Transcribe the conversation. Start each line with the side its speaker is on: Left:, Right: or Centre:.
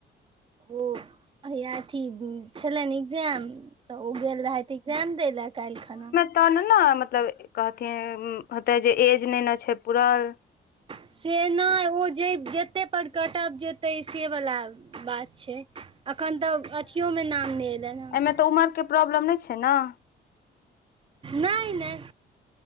Right: ओ अथी छलनि एक्जाम तऽ ओ गेल रहथि एग्जैाम दै ले काल्हि खना।
Left: त ने ने मतलब कहथिन होते जे एज ने ने छै पूरल।
Right: से नहि ओ जे जतेक पर कटब जेतै से वला बात छै। एखन तऽ अथियोमऽ नाम नहि एलनि हे।
Left: एहिमे तऽ उमरके प्रॉब्लम नहि छै नऽ?
Right: नहि नहि